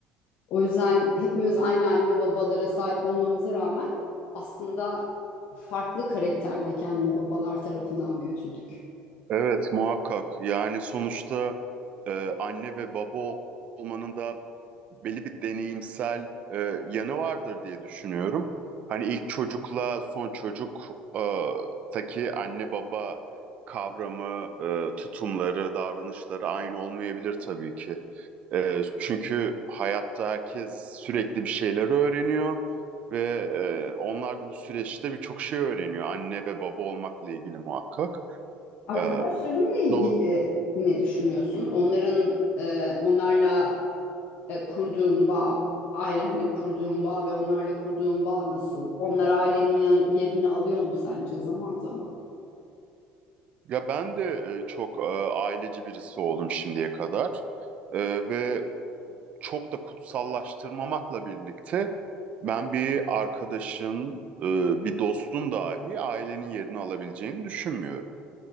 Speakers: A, on the left (about 60°); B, on the right (about 45°).
A: O yüzden hepimiz aynı anne babalara sahip olmamıza rağmen aslında farklı karakterdeki anne babalar tarafından büyütüldük.
B: Evet muhakkak yani sonuçta e, anne ve baba ol- olmanın da belli bir deneyimsel e, yanı vardır diye düşünüyorum. Hani ilk çocukla son çocuk e, taki anne baba kavramı, e, tutumları, davranışları aynı olmayabilir tabii ki. E, çünkü hayatta herkes sürekli bir şeyler öğreniyor ve e, onlar da bu süreçte birçok şey öğreniyor anne ve baba olmakla ilgili muhakkak.
A: Arkadaşlarınla
B: E,
A: ilgili
B: Doğru.
A: ne düşünüyorsun? Onların e, onlarla e, kurduğun bağ, ailenle kurduğun bağ ve onlarla kurduğun bağ nasıl? Onlar ailenin ya- yerini alıyor mu sence zaman zaman?
B: Ya ben de e, çok e, aileci birisi oldum şimdiye kadar. E, ve çok da kutsallaştırmamakla birlikte ben bir arkadaşın, e, bir dostun dahi ailenin yerini alabileceğini düşünmüyorum.